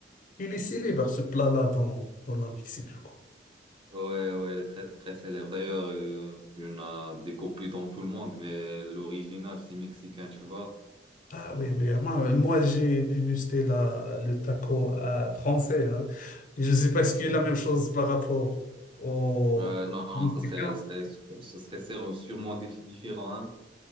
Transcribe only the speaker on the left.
il est célèbre, ce plat-là, dans, dans la Mexique, je crois.
Ah oui, oui. ah, Moi, moi, j'ai dégusté la, le taco euh, français. hein. Et je ne sais pas ce qu'il y a la même chose par rapport au
Mexicain.